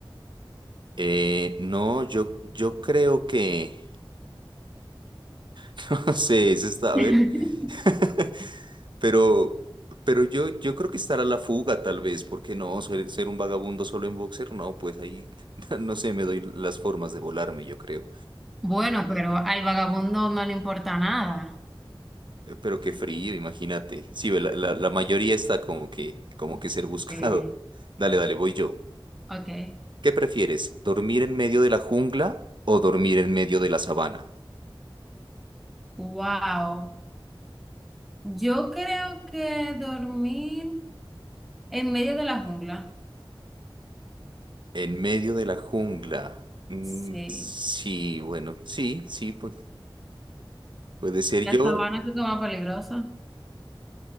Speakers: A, on the right; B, in the centre.
A: Eh, no, yo, yo creo que, <laughs> no sé, eso está, a
B: <laughs>
A: ver. <laughs> Pero, pero yo, yo creo que estará la fuga, tal vez, porque no, ser, ser un vagabundo solo en boxer, no, pues ahí, <laughs> no sé, me doy las formas de volarme, yo creo.
B: Bueno, pero al vagabundo no le importa nada.
A: Eh, Pero qué frío, imagínate. Sí, ve, la, la, la mayoría está como que, como que ser buscado.
B: Sí.
A: <laughs> Dale, dale, voy yo.
B: Ok.
A: ¿Qué prefieres? ¿Dormir en medio de la jungla o dormir en medio de la sabana?
B: Wow. Yo creo que dormir en medio de la jungla.
A: En medio de la jungla. Mm,
B: Sí.
A: sí, bueno, sí, sí, pu- puede ser
B: La
A: yo.
B: sabana creo que es más peligrosa.